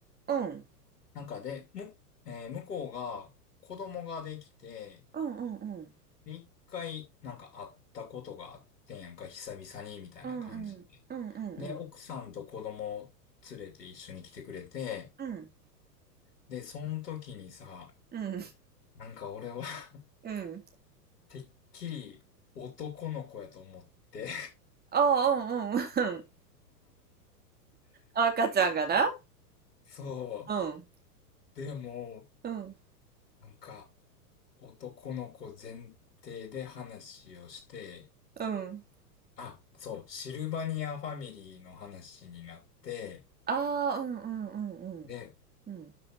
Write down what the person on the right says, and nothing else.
うん。
うん。うん。
うん。うん。うん。うん。
うん。
うん。うん。
うん。
ああ、うん。うん。うん。赤ちゃんがな。
うん。
うん。
うん。
ああ、うん。うん。うん。うん。
うん。